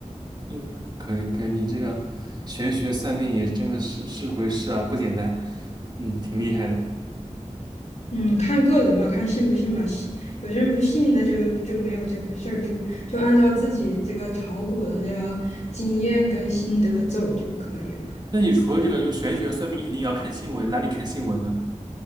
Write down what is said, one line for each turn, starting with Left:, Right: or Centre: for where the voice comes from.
Right: 嗯，可以可以，你这个玄学算命也真的是是回事啊，不简单，嗯，挺厉害的。
Left: 嗯，看个人吧，看信不信吧。信有些人不信，那就就没有这回事儿，就就按照自己这个炒股的这个经验跟心得走就可以了。
Right: 那你除了这个就玄学算命，你肯定也要看新闻，哪里看新闻呢？